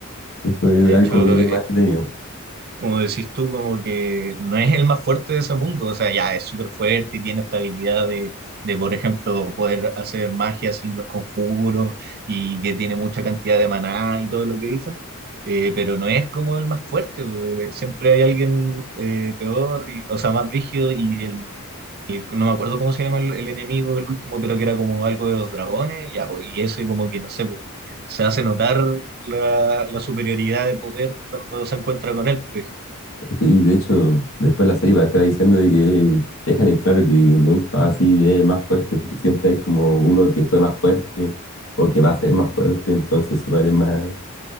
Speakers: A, on the left; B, on the right.
A: eso es
B: De
A: algo
B: hecho,
A: que es más entretenido.
B: como decís tú, como que no es el más fuerte de ese mundo. O sea, ya es súper fuerte y tiene esta habilidad de, de, por ejemplo, poder hacer magia sin los conjuros y que tiene mucha cantidad de maná y todo lo que dicen. Eh, pero no es como el más fuerte. porque Siempre hay alguien eh, peor, y- o sea, más brígido y el, el- No me acuerdo cómo se llama el, el enemigo, el último, pero que era como algo de los dragones. Ya, pues, y eso y como que, no sé, pues, se hace notar la, la superioridad de poder cuando se encuentra con él, por ejemplo.
A: Sí, de hecho, después la serie va te estar diciendo de que eh, dejan en claro que nunca va así eh, más fuerte. Siempre hay como uno que fue más fuerte o que va a ser más fuerte, entonces igual es más,